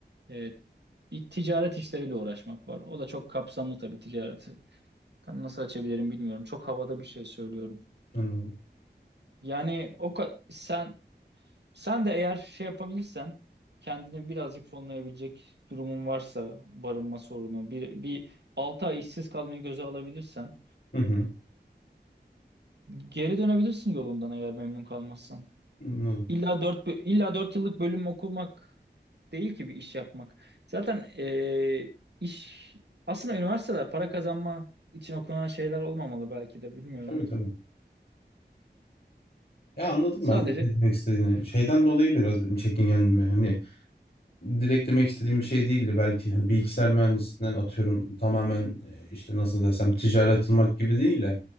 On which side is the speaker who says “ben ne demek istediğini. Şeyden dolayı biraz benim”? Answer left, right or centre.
Left